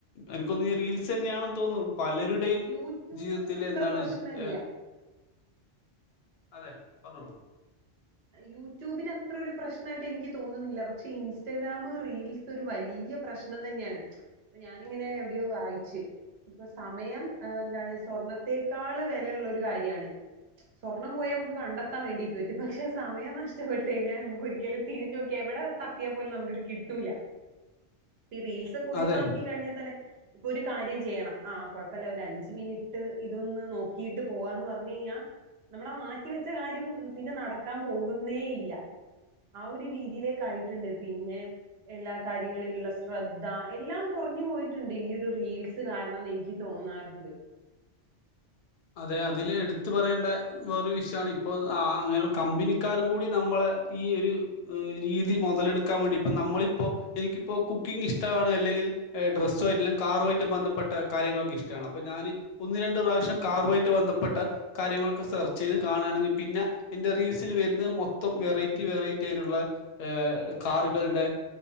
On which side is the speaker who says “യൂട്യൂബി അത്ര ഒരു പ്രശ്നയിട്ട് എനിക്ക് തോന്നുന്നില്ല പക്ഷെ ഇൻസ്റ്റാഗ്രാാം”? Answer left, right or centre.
Right